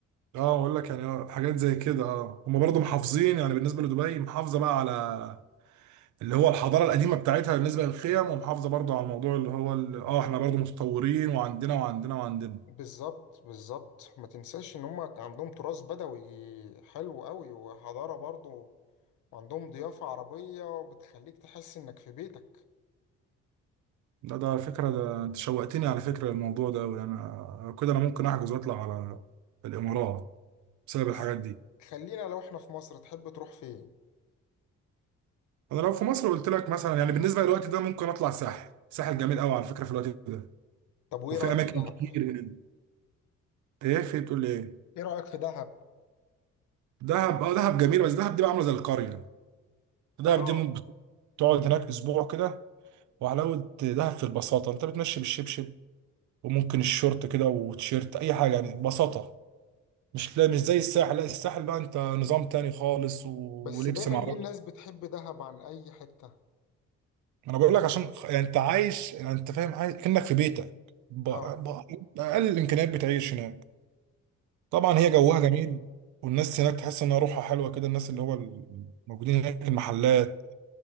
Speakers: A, on the right; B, on the left.
A: اه اقول لك يعني آه، حاجات زي كده اه هم برضه محافظين يعني بالنسبة لدبي محافظة بقى على اللي هو الحضاره القديمه بتاعتها بالنسبه للخيم ومحافظه برضو على الموضوع اللي هو ال- اه احنا برضو متطورين وعندنا وعندنا وعندنا
B: بالظبط بالظبط ما تنساش ان هم عندهم تراث بدوي حلو قوي وحضارة برضو وعندهم ضيافة عربية بتخليك تحس انك في بيتك
A: ده ده على فكرة ده انت شوقتني على فكرة الموضوع ده أوي يعني أنا كده أنا ممكن أحجز وأطلع على الإمارات بسبب
B: بس
A: الحاجات دي
B: خلينا لو احنا في مصر تحب تروح فين
A: أنا لو في مصر قلت لك مثلا يعني بالنسبة للوقت ده ممكن أطلع الساحل الساحل جميل أوي على فكرة في الوقت ده
B: طب وايه
A: وفي
B: رأيك
A: أماكن
B: في دهب
A: كتير هنا إيه في إيه؟ بتقول لي إيه
B: ايه رأيك في دهب
A: دهب أه دهب جميل بس دهب دي بقى عاملة زي القرية دهب
B: اه
A: دي ممكن تقعد هناك أسبوع كده وحلاوة دهب في البساطة أنت بتمشي بالشبشب وممكن الشورت كده وتيشيرت أي حاجة يعني بساطة مش لا مش زي الساحل لا الساحل بقى انت نظام تاني خالص و...
B: بس
A: ولبس
B: دايما
A: ما
B: ليه
A: اعرفش
B: الناس بتحب دهب عن اي حتة
A: انا بقول لك عشان خ- يعني انت عايش يعني انت فاهم عايش كأنك في بيتك ب...
B: اه
A: ب... بأقل الامكانيات بتعيش هناك طبعا
B: دهب.
A: هي جوها جميل والناس هناك تحس انها روحها حلوه كده الناس اللي هو الموجودين هناك المحلات